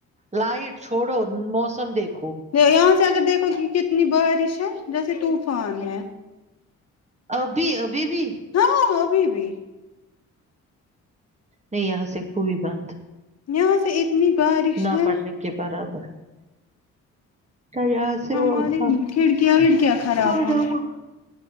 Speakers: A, on the right; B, on the left.
A: لائٹ چھوڑو موسم دیکھ
B: یہاں سے اگر دیکھو گی کتنی بارش جیسے طوفان ہے
A: ابھی ابھی بھی
B: ہاں ابھی بھی
A: نہیں یہاں سے ہوئی بند
B: یہ س اتنی بارش
A: نہ
B: ہے
A: پڑھنے <inaudible> یہاں سے
B: ہماری
A: وہ تھا
B: کھڑکیاں وڑکیاں خراب
A: تھوا
B: ہو
A: وہ